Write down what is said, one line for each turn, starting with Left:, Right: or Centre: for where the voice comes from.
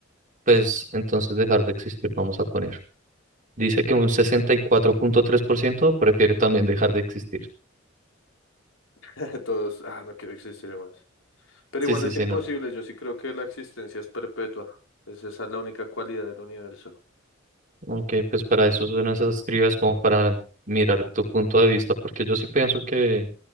Right: pues entonces dejar de existir, vamos a poner. Dice que un sesenta y cuatro punto tres por ciento prefiere también dejar de existir.
Left: <laughs> Todos, ah, no quiero existir más. Pero
Right: Sí,
Left: igual
Right: sí,
Left: es
Right: sí,
Left: imposible,
Right: no.
Left: yo sí creo que la existencia es perpetua. Es Esa es la única cualidad del universo.
Right: Ok, pues para eso son esas trivias como para mirar tu punto de vista, porque yo sí pienso que,